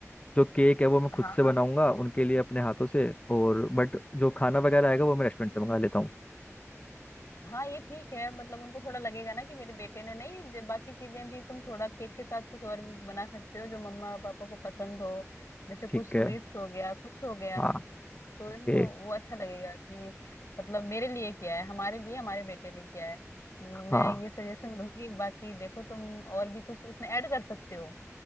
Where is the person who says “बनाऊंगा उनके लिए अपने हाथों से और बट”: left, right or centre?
Left